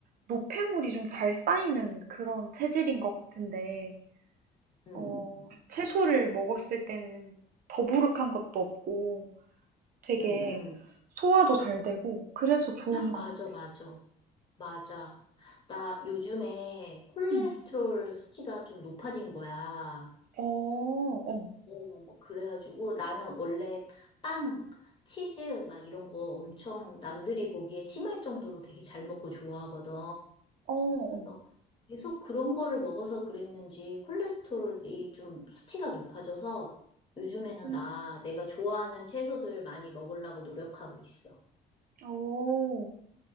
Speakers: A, on the right; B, on the left.
A: 노폐물이 좀 잘 쌓이는 그런 체질인 것 같은데
B: 응
A: 어,
B: 응.
A: 채소를 먹었을 때는 더부룩한 것도 없고 되게
B: 응 응. 응.
A: 소화도 잘 되고 그래서 좋은
B: 맞아,
A: 것 같아.
B: 맞아. 맞아. 나 요즘에 콜레스테롤
A: 음.
B: 수치가 좀 높아진 거야.
A: 어, 어,
B: 어, 그래가지고 나는 원래 빵, 치즈 막 이런 거 엄청 남들이 보기에 심할 정도로 되게 잘 먹고 좋아하거든.
A: 어, 어.
B: 그래서 계속 그런 거를 먹어서 그랬는지 콜레스테롤이 좀 수치가 높아져서 요즘에는
A: 음.
B: 나 내가 좋아하는 채소들 많이 먹으려고 노력하고 있어.
A: 오.